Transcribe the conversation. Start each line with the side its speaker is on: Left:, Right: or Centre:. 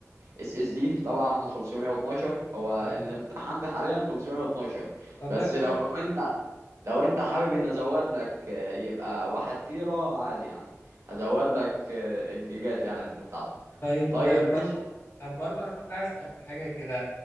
Right: اس اس دي طبعا 512 هو
Left: ايوه
Right: اللي متاح عندي حاليا 512
Left: طب
Right: بس
Left: ده كويس
Right: لو انت لو انت حابب ان ازود لك آه، يبقى واحد تيرة عادي يعني هزود لك آه، الجيجات يعني بتاعته
Left: طيب
Right: طيب
Left: آه، برضو
Right: ماشي
Left: طب برضو انا كنت عايز اسال في حاجه كده